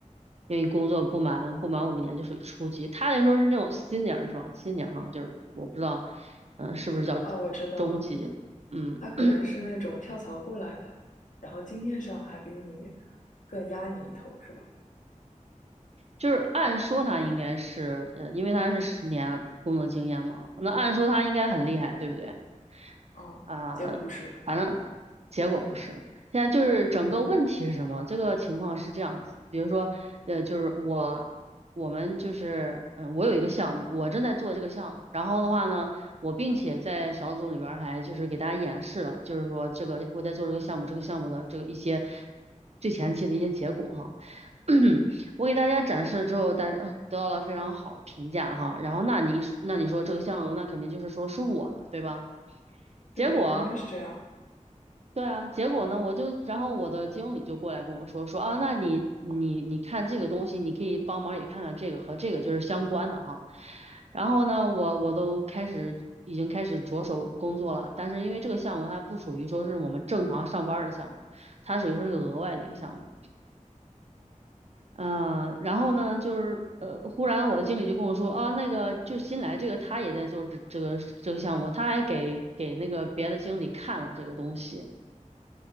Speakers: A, on the right (about 55°); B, on the left (about 75°).
A: 因为工作不满不满五年就属于初级。他那时候是那种新 e n 是吧新 e n 哈，就是我不知道，嗯、是不是叫
B: 啊，我知道，
A: 中级？嗯，
B: 他可能是那种跳槽过来的，
A: <clears throat>
B: 然后经验上还比你更压你一头，是吧？
A: 就是按说他应该是，呃，因为他是十年工作经验嘛，那按说他应该很厉害，对不对？
B: 嗯，
A: 啊、
B: 结果不是，
A: 反正结果不是。现在就是整个问题是什么？这个情况是这样子，比如说，呃，就是我，我们就是，嗯，我有一个项目，我正在做这个项目，然后的话呢，我并且在小组里边儿还就是给大家演示了，就是说这个我在做这个项目，这个项目的这个一些最前期的一些结果哈。<clears throat> 我给大家展示了之后，大家呃得到了非常好的评价哈。然后那你那你说这个项目，那肯定就是说是我的，对吧？
B: 是的呀，
A: 结果。
B: 应该是这样。
A: 对啊，结果呢，我就，然后我的经理就过来跟我说，说啊，那你你你看这个东西，你可以帮忙也看看这个和这个就是相关的哈。然后呢，我我都开始已经开始着手工作了，但是因为这个项目它不属于说是我们正常上班儿的项目，它属于说是个额外的一个项目。嗯、呃然后呢，就是呃，忽然我的经理就跟我说，啊，那个就新来这个他也在做这这个这个项目，他还给给那个别的经理看了这个东西。